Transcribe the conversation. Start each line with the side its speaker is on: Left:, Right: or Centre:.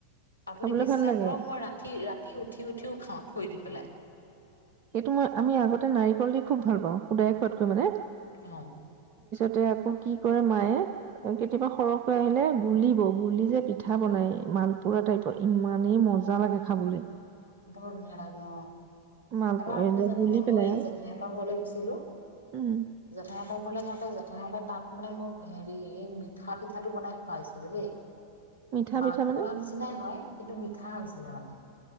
Left: আপুনি
Right: খাবলৈ
Left: বিশ্বাস
Right: ভাল লাগে
Left: কৰক মই ৰাতি ৰাতি উঠি উঠিও খাও থৈ দি পেলাই
Right: সেইটো মই আমি আগতে নাৰিকল দি খুব ভাল পাওঁ শুদায়ে খোৱাতকৈ মানে
Left: আহ
Right: তাতে আকৌ কি কৰে মায়ে কেতিয়াবা সৰহকৈ আহিলে গুলিব গুলি যে পিঠা বনাই মালপুৰা টাইপৰ ইমানেই মজা লাগে খাবলৈ।
Left: বৰ ধুনীয়া লাগে অ
Right: মাল
Left: এবাৰ আপুনি
Right: যে
Left: জানোনে
Right: গুলি পেলাই
Left: মই জেঠাই এপৰ ঘৰলৈ গৈছিলো
Right: উম
Left: জেঠাই ততৰ ফৰলৈ যাওঁতে জেঠাইটা তাত মানে মোক হেৰি এই মিঠা পিঠাটো বনাই খুৱাইছিলে দেই
Right: মিঠা
Left: মালপৰা
Right: পিঠা মানে
Left: নিচিনাই হয় কিন্তু মিঠা নিছিলে মানে?